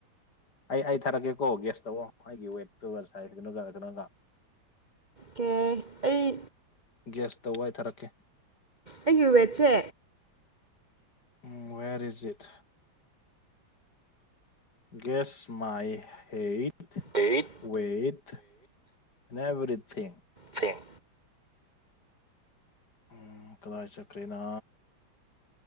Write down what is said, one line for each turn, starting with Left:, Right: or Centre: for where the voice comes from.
Left: ꯑꯩ ꯑꯩ ꯊꯥꯔꯛꯀꯦꯀꯣ ꯒꯦꯁꯇꯧꯋꯣ ꯑꯩꯒꯤ ꯋꯦꯠꯇꯨꯒꯥ ꯁꯥꯏ <unintelligible>
Right: ꯀꯦ ꯑꯩ
Left: ꯒꯦꯁꯇꯧꯑꯣ ꯑꯩ ꯊꯥꯔꯛꯀꯦ
Right: ꯑꯩꯒꯤ ꯋꯦꯠ ꯁꯦ
Left: ꯎꯝ ꯋꯦꯔ ꯏ ꯖꯤꯠ ꯒꯦꯁꯠ ꯃꯥꯏ ꯍꯦꯠ
Right: ꯋꯦꯠ
Left: ꯋꯦꯠ ꯅꯦꯕꯦꯔꯤꯊꯤꯡ
Right: ꯊꯦꯡ
Left: ꯎꯝ ꯀꯗꯥꯏ ꯆꯠꯈ꯭ꯔꯦꯅ